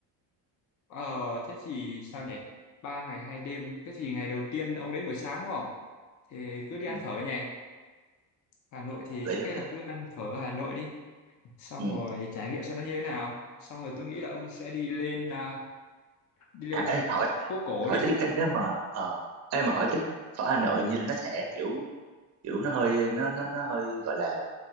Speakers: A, on the left; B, on the right.
A: Ờ, thế thì sao nhỉ? Ba ngày hai đêm. Thế thì ngày đầu tiên ông đến buổi sáng đúng không? Thì cứ đi
B: ừ,
A: ăn phở nhỉ? Hà Nội thì
B: hợp lý
A: trước
B: hợp
A: hết
B: lý
A: là cứ ăn phở Hà Nội đi. Xong
B: ừ.
A: rồi trải nghiệm xem nó như thế nào. Xong rồi tôi nghĩ là ông sẽ đi lên à, đi lên
B: à ê, hỏi
A: phố cổ
B: hỏi
A: đi.
B: tí ê, nếu mà ờ ê mà hỏi tí phở Hà Nội như là nó sẽ kiểu kiểu nó hơi nó nó nó hơi gọi là